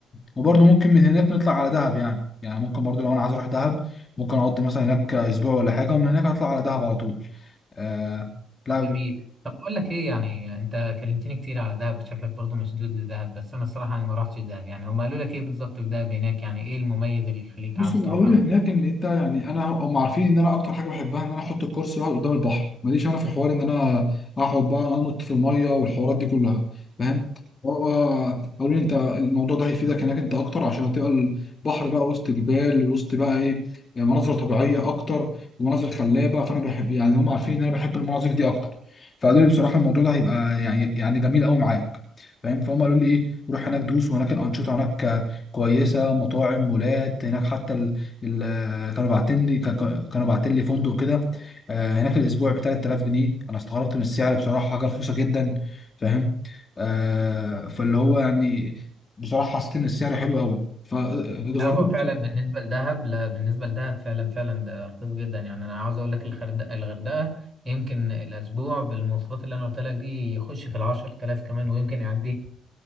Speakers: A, on the left (about 30°); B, on the right (about 25°).
A: وبرضه ممكن من هناك نطلع على دهب يعني يعني ممكن برضه لو انا عايز اروح دهب ممكن اقضي مثلا هناك اسبوع ولا حاجة ومن هناك اطلع على دهب على طول آه... لا
B: طب جميل طب اقول لك ايه يعني انت كلمتني كتير على دهب شكلك برضو مشدود لدهب بس انا الصراحة انا ما رحتش دهب يعني هم قالوا لك ايه بالظبط في دهب هناك يعني ايه المميز اللي يخليك
A: بص
B: عاوز
A: العربي
B: تروح قوي
A: هناك ان انت يعني انا هم عارفين ان انا اكتر حاجه بحبها ان انا احط الكرسي واقعد قدام البحر ماليش انا في حوار ان انا اقعد بقى انط في الميه والحوارات دي كلها فاهم و- و- قالوا لي انت الموضوع ده هيفيدك هناك انت اكتر عشان هتبقى البحر بقى وسط جبال وسط بقى ايه يعني مناظر طبيعيه اكتر ومناظر خلابه فانا بحب يعني هم عارفين ان انا بحب المناظر دي اكتر فقالوا لي بصراحه الموضوع ده هيبقى يعني يعني جميل قوي معاك فاهم فهم قالوا لي ايه روح هناك دوس وهناك الانشطه هناك كويسه مطاعم مولات هناك حتى ال... ال... كانوا باعتين لي ك- ك- كانوا باعتين لي فندق كده آه، هناك الاسبوع ب 3000 جنيه انا استغربت من السعر بصراحه حاجه رخيصه جدا فاهم آه، فاللي هو يعني بصراحه حسيت ان السعر حلو قوي فاتغربت
B: لا هو فعلا بالنسبة لدهب لا بالنسبة لدهب فعلا فعلا ده رخيص جدا يعني أنا عاوز أقول لك الغردقة الغردقة يمكن الأسبوع بالمواصفات اللي أنا قلت لك دي يخش في العشر تلاف كمان ويمكن يعديه